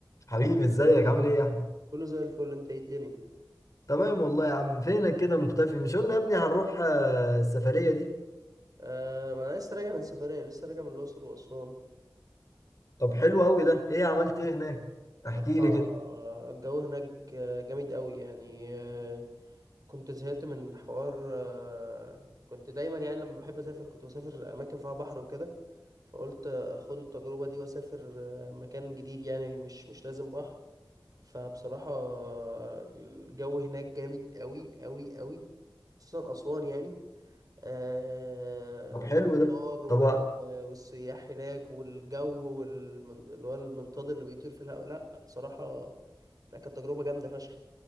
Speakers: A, on the left; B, on the right.
A: حبيبي ازيك عامل ايه يا احمد
B: كله زي الفل انت ايه الدنيا
A: تمام والله يا عم فينك كده مختفي مش قلنا يا ابني هنروح آه، السفرية دي
B: آه ما انا لسه راجع من سفرية لسه راجع من الأقصر وأسوان
A: طب حلو قوي ده ايه عملت ايه هناك احكي
B: بصراحة
A: لي كده
B: آه، الجو هناك آه، جامد قوي يعني آه كنت زهقت من حوار آه كنت دايما يعني لما بحب أسافر كنت بسافر أماكن فيها بحر وكده فقلت أخد التجربة دي وأسافر آه، مكان جديد يعني مش مش لازم بحر فبصراحة آه، الجو هناك جامد قوي قوي قوي خصوصا أسوان يعني آه،
A: طب حلو
B: الأمطار
A: ده
B: و-
A: طب
B: والسياح هناك والجو والمن- اللي هو المنطاد اللي بيطير في الهواء لا بصراحة لا كانت تجربة جامدة فشخ